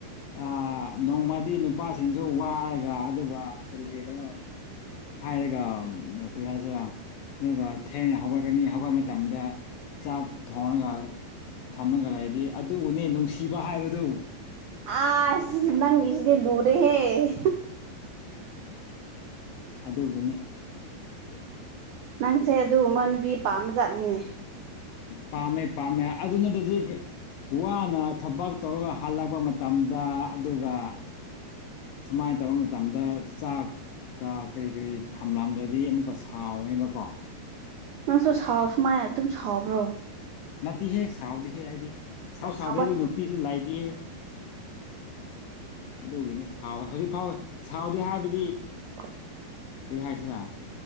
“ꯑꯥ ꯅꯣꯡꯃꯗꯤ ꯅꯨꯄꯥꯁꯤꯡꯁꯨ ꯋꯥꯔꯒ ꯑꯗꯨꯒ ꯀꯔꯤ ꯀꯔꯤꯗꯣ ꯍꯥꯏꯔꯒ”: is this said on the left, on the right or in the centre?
Left